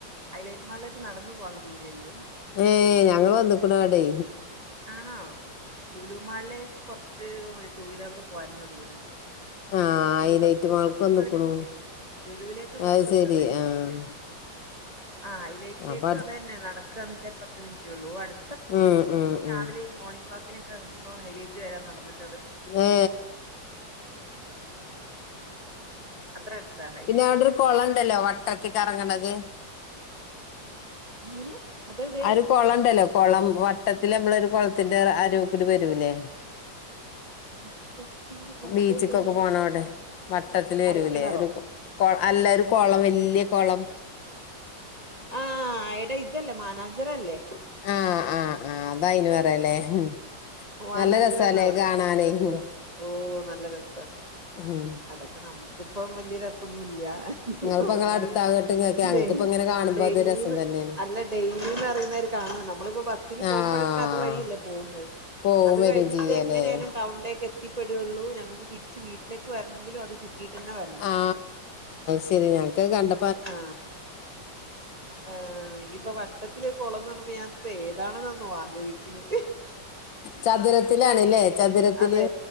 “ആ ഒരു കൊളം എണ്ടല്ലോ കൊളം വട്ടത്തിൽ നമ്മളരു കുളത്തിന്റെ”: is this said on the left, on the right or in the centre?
Left